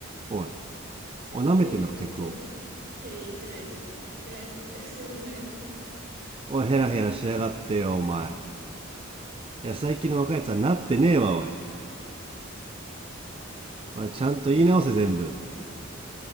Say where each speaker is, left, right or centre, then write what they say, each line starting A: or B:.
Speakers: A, on the right (about 25°); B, on the right (about 50°).
A: おい。おい、舐めてんのか、
B: いやいやいや、
A: 客を。
B: すいません。いやいや、言ってないです。言ってないです。<laughs> すいません。
A: おい、ヘラヘラしやがってよ、お前。いや、最近の若いやつはなってねえわ、おい。
B: はい。
A: おいちゃんと言い直せ全部。